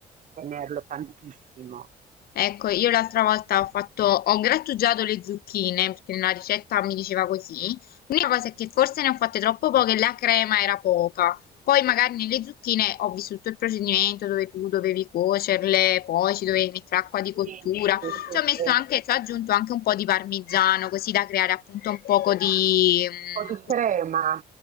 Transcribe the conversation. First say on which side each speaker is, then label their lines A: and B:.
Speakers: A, on the right; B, on the left.
A: tenerlo tantissimo.
B: Ecco, io l'altra volta ho fatto, ho grattugiato le zucchine perché nella ricetta mi diceva così. L'unica cosa è che forse ne ho fatte troppo poche e la crema era poca. Poi magari nelle zucchine ho vissuto il procedimento dove tu dovevi cuocerle, poi ci dovevi mettere acqua di cottura.
A: Sì, Sì, sì, sì.
B: Ci ho messo
A: Un
B: anche, ci ho aggiunto anche un po' di parmigiano così da creare appunto un poco di, mm,
A: po' di crema.